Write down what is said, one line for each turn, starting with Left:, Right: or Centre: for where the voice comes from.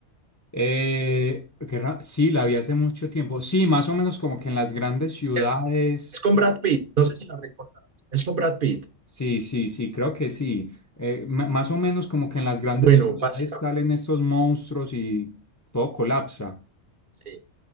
Left: Eh, que ra- sí, la vi hace mucho tiempo. Sí, más o menos como que en las grandes ciudades.
Right: Es es con Brad Pitt, no sé si la recordás. Es con Brad Pitt.
Left: Sí, sí, sí, creo que sí. Eh, ma- más o menos como que en las grandes
Right: Bueno,
Left: ciudades
Right: básicamente,
Left: salen estos monstruos y todo colapsa.
Right: sí.